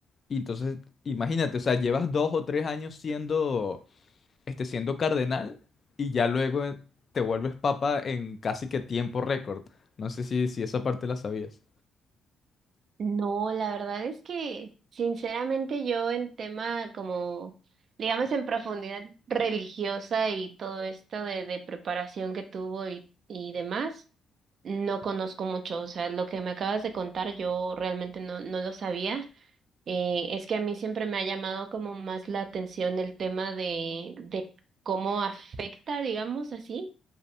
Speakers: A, on the left; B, on the right.
A: Y entonces, imagínate, o sea, llevas dos o tres años siendo, este, siendo cardenal y ya luego eh, te vuelves papa en casi que tiempo récord. No sé si, si esa parte la sabías.
B: No, la verdad es que sinceramente yo en tema como, digamos en profundidad religiosa y todo esto de, de preparación que tuvo y, y demás, no conozco mucho. O sea, lo que me acabas de contar yo realmente no, no lo sabía. Eh, es que a mí siempre me ha llamado como más la atención el tema de, de cómo afecta, digamos así,